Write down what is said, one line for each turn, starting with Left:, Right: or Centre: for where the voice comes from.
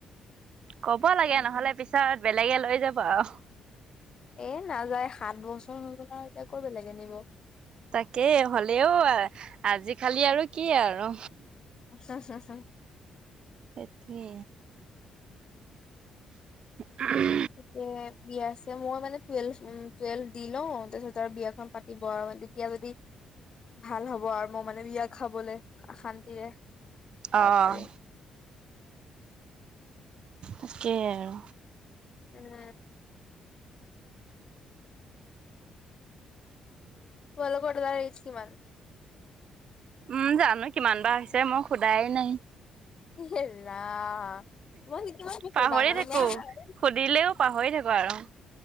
Right: কব লাগে
Left: কোৱা
Right: নহলে
Left: নাই
Right: পিছত বেলেগে লৈ যাব আৰু।
Left: এ নাযায়, সাত বছৰ হৈ গল আৰু এতিয়া আকৌ বেলেগে নিব।
Right: তাকে, হ'লেও আজি কালি আৰু কি আৰু
Left: হু হু হু
Right: তাকে। <unintelligible>
Left: তে বিয়া আছে মই মানে টুৱেলভ উ টুৱেলভ দি লওঁ, তাৰপিছত আৰু বিয়াখন পাতিব আৰু। তেতিয়া যদি ভাল হব আৰু মই মানে বিয়া খাবলে শান্তিৰে। তা
Right: অ'
Left: পাৰিম।
Right: তাকে আৰু।
Left: উম। তোমালোকৰ দাদাৰ এইজ কিমান?
Right: উম জানো কিমান বাৰ হৈছে মই সোধাই নাই।
Left: এ ৰাম। মই কিমান বছৰ
Right: পাহৰি
Left: ডাঙৰ
Right: থাকো,
Left: তোমাৰ
Right: সুধিলেও পাহৰি থাকো আৰু।